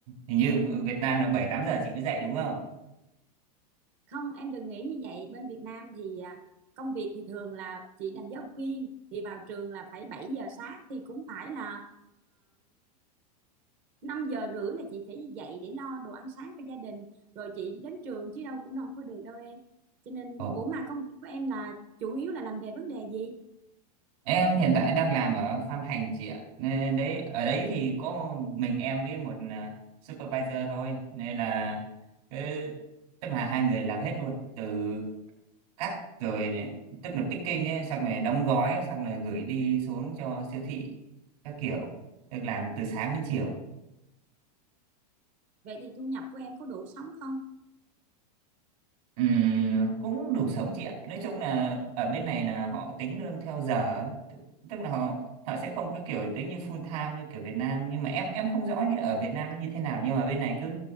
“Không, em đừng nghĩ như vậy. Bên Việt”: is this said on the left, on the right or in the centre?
Right